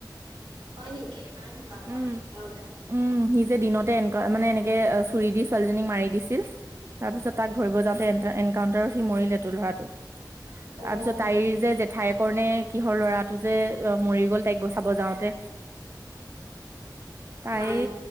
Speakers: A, on the right; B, on the right.
A: হয় নিকি? নাই শুনা মই
B: উম,
A: তেতিয়াহলে।
B: উম, সি যে দিনতে এনেুৱা মানে এনেকে চুৰি দি ছোৱালীজনীক মাৰি দিছিল। তাৰপিছত তাক ধৰিব যাওঁতে এনকাউণ্টাৰত সি মৰিলে তোৰ ল'ৰাটোক।
A: অ',
B: তাৰপিছত তাইৰ যে জেঠাই কৰণে কিহৰ ল'ৰাটো যে মৰি গ'ল তাইক বচাব যাওঁতে। তাই
A: নাই